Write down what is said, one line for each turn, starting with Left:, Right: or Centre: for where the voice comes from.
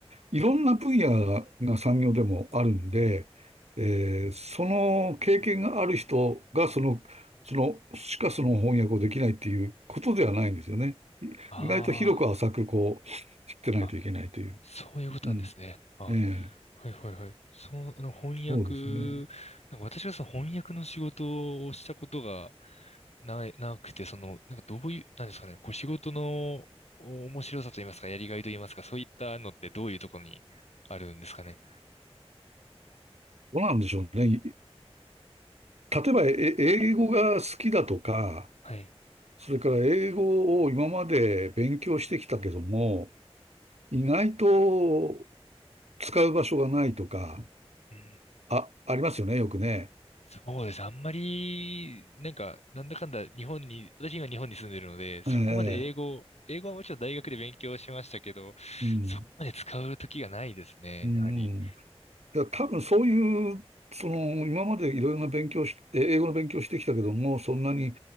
Right: いろんな分野が、が産業でもあるんで、えーその経験がある人が、その、その、しかその翻訳をできないっていうことではないんですよね。い意外と広く浅く、
Left: あ
Right: こう、知ってないといけないという。
Left: あ、あ、そういうことなんですね。
Right: うん。
Left: あ、
Right: ええ、
Left: はいはいはい。その、あの翻訳、
Right: そうですね。
Left: なんか私がその翻訳の仕事をしたことが、な、なくて、その、なんかどういう、なんですかね、こう仕事のお面白さと言いますか、やりがいと言いますか、そういったのってどういうところにあるんですかね。
Right: どうなんでしょうね。い例えば、え英語が好きだとか、
Left: はい。
Right: それから英語を今まで勉強してきたけども、意外と使う場所がないとか、
Left: うん、
Right: あ、ありますよね、よくね。
Left: そうです。あんまり、なんか、なんだかんだ日本に、私今日本に住んでるので、そこまで英語、
Right: ええ、
Left: 英語はもちろん大学で勉強しましたけど、
Right: うん、
Left: そこまで使う時がないですね、
Right: うん、
Left: やはり。
Right: うん。いや、多分そういう、その、今までいろいろな勉強し、え英語の勉強してきたけども、そんなに